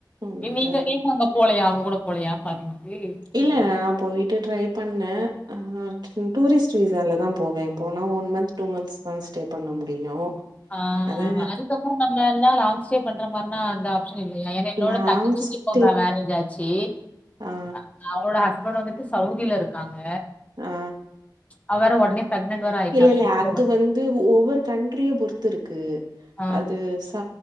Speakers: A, on the right; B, on the left.
A: அதனால
B: ஏ நீங்க நீங்க அங்க போலயா அவுங்க கூட போலயா ஃபாரினுக்கு கூட்டு
A: இல்ல
B: போல
A: நா போய்ட்டு ட்ரை பண்ணே ஆ டூரிஸ்ட் விசால தா போவே போனா ஒன் மன்த் டூ மன்த்ஸ் தா ஸ்டே பண்ண முடியு
B: ஆ
A: அது
B: அதுக்கப்றோ நம்ம எல்லா லாங் ஸ்டே பண்ற மார்னா அந்த இல்லயா ஏனா என்னோட
A: லாங்
B: தங்கச்சிக்கி
A: ஸ்டே
B: இப்போதா மேரேஜ் ஆச்சி
A: ஆ
B: அ அவளோட ஹஸ்பண்ட் வந்துட்டு சவுதிலருக்காங்க
A: ஆ
B: அவ வேற ஒட்னே ப்ரெக்னெட் வேற ஆயிட்டா
A: இல்லெல்ல
B: கூட்டு
A: அது வந்து ஒவ்வொரு கண்ட்ரிய பொறுத்துருக்கு
B: ஆ
A: அது ப்ப